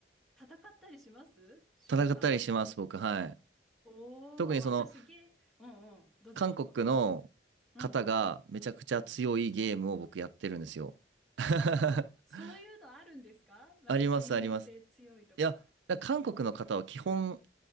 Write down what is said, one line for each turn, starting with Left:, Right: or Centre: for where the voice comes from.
Centre: 戦ったりしますしゅんさん。
Right: 戦ったりします、僕、はい。
Centre: おお私ゲー、
Right: 特にその、
Centre: うんうん。どうぞどうぞ。
Right: 韓国の方がめちゃくちゃ強いゲームを僕やってるんですよ。
Centre: うん。うん。
Right: <laughs>
Centre: あ、そういうのあるんですかなんか国によって強いとか。
Right: あります、あります。いや、だから韓国の方は基本、